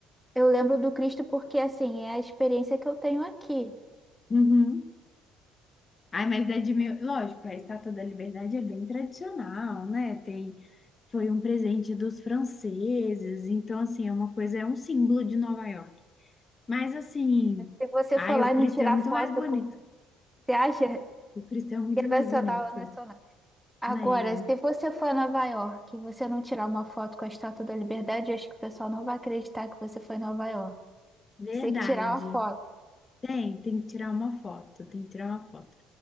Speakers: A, in the centre; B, on the left.
A: eu lembro do Cristo porque, assim, é a experiência que eu tenho aqui.
B: Uhum. Ai, mas é de mil... Lógico, a Estátua da Liberdade é bem tradicional, né? Tem... Foi um presente dos franceses. Então, assim, é uma coisa, é um símbolo de Nova York. Mas, assim,
A: Se você
B: ai,
A: for lá
B: o
A: e
B: Cristo
A: me tirar
B: é muito
A: foto
B: mais bonito.
A: com. Você acha
B: O Cristo é muito
A: que é
B: mais
A: nacional
B: bonito.
A: ou nacional? Agora,
B: É,
A: se você for a Nova York e você não tirar uma foto com a Estátua da Liberdade, eu acho que o pessoal não vai acreditar que você foi em Nova York.
B: verdade.
A: Você tem que tirar uma foto.
B: Tem, tem que tirar uma foto, tem que tirar uma foto.